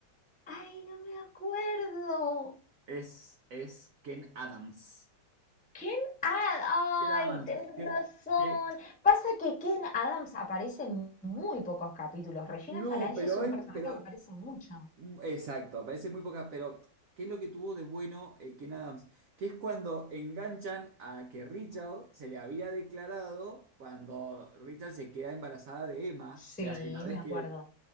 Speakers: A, in the centre; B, on the right (about 85°).
A: Ay, no me acuerdo.
B: Es, es Ken Adams.
A: Ken Ad, ay,
B: Ken Adams,
A: tenés
B: que,
A: razón.
B: que-
A: Pasa que Ken Adams aparece en muy pocos capítulos. Regina
B: no,
A: Falange
B: pero
A: es un
B: es,
A: personaje
B: pero,
A: que aparece mucho.
B: mm, exacto, aparece muy poca, pero ¿qué es lo que tuvo de bueno eh, Ken Adams? Que es cuando enganchan a que Richard se le había declarado cuando Richard se queda embarazada de Emma,
A: Sí,
B: o sea, en la vez
A: me acuerdo.
B: que...